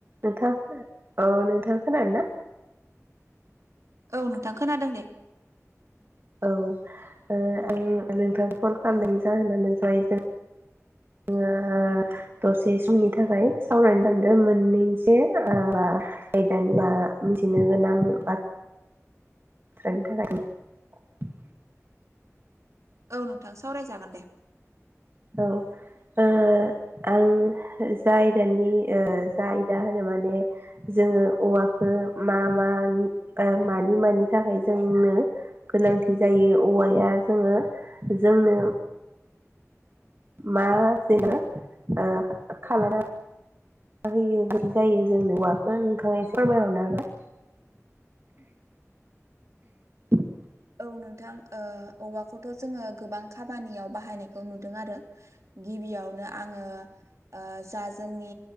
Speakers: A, on the right; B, on the right.
A: नोंथां अ नोंथां खोनादोंना?
B: औ नोंथां खोनादों दे
A: औ आं ओ नोंथांखौ फन खालामनायनि
B: औ
A: जाहोनानो जाय जों <unintelligible> जोङो ओ दसे समनि थाखाय सावरायनो थांदों मोननैसो ओ दानिया <unintelligible> मिथिनो गोनां बाथ थ्रानि थाखाय <unintelligible>
B: औ नोंथां सावरायजागोन दे
A: औ ओ आं जा आयदानि जा आयदा होनो माने जोङो औवाखौ मा मानि मानि मानि थाखाय जोंनो गोनांथि जायो औवाया जोङो जोंनो मा जेनेबा ओ खालामानानै मा होयो बिदि जायो जोंनो औवाखौ नोंथाङा सोरमायहरनो हागोन <unintelligible> <inaudible>
B: औ नोंथां ओ औवाखौथ' जोङो गोबां खामानियाव बाहायनायखौ नुदों आरो गिबियावनो आङो जा जोंनि